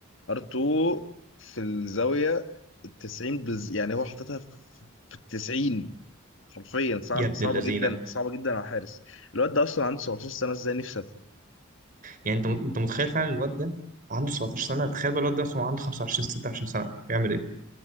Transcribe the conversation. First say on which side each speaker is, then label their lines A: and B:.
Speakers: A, on the left; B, on the right.
A: ار2 في الزاويه التسعين بز... يعني هو حاططها في في التسعين حرفيا صع...
B: يا ابن
A: صعبه
B: اللذينة
A: جدا صعبه جدا على الحارس الواد ده اصلا عنده 17 سنه ازاي نفسي افهم
B: يعني انت انت متخيل فعلا الواد ده عنده 17 سنة تخيل بقى الواد ده مثلا عنده 25 26 سنة يعمل ايه